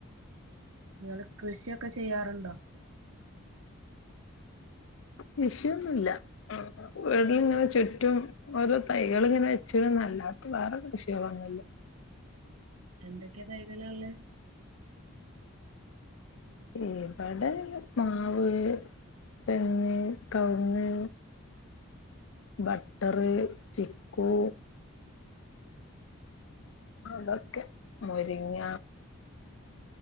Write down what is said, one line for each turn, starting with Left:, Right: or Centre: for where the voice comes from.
Right: നിങ്ങൾ കൃഷിയൊക്കെ ചെയ്യാറുണ്ടോ
Left: കൃഷിയൊന്നുല്ല വീട്ടിലിങ്ങനെ ചുറ്റും ഓരോ തൈകളിങ്ങനെ വെച്ചുന്നല്ലാത്ത വേറെ കൃഷികളൊന്നുല്ല
Right: എന്തൊക്കെ തൈകളാ ഉള്ള
Left: ഇവിടെ മാവ്, തെങ്ങ്, കവ്ങ്ങ്, ബട്ടർ, ചിക്കു അതൊക്കെ മുരിങ്ങ